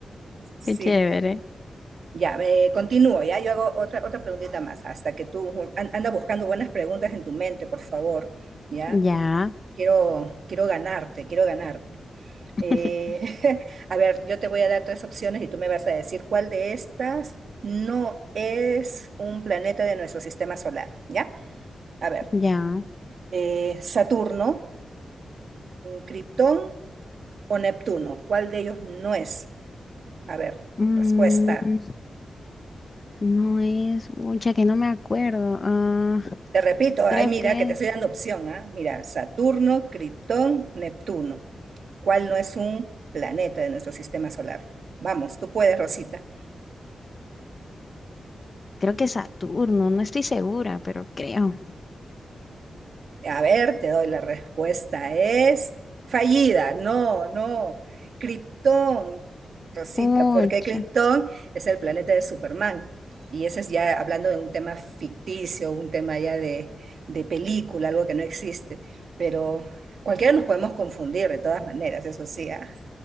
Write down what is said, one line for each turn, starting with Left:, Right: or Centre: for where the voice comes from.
Right: Sí,
Left: Qué chévere.
Right: ya, me continúo, ya, yo hago otra, otra preguntita más, hasta que tú an- anda buscando buenas preguntas en tu mente, por favor, ya.
Left: Ya,
Right: Quiero, quiero ganarte, quiero ganarte.
Left: <laughs>
Right: Eh, <laughs> a ver, yo te voy a dar tres opciones y tú me vas a decir cuál de estas no es un planeta de nuestro sistema solar, ¿ya? A ver,
Left: ya.
Right: eh, Saturno, Krypton o Neptuno. ¿Cuál de ellos no es? A ver,
Left: Mm,
Right: respuesta.
Left: no es, mucha que no me acuerdo. Ah,
Right: Te repito, ay,
Left: creo
Right: mira,
Left: que,
Right: que te estoy dando opción, ¿ah? Mira, Saturno, Krypton, Neptuno. ¿Cuál no es un planeta de nuestro sistema solar? Vamos, tú puedes, Rosita.
Left: creo que Saturno, no estoy segura, pero creo.
Right: A ver, te doy la respuesta. Es fallida. No, no. Krypton, Rosita,
Left: Pucha.
Right: porque Krypton es el planeta de Superman. Y ese es ya hablando de un tema ficticio, un tema ya de, de película, algo que no existe. Pero cualquiera nos podemos confundir de todas maneras, eso sí. ¿ah?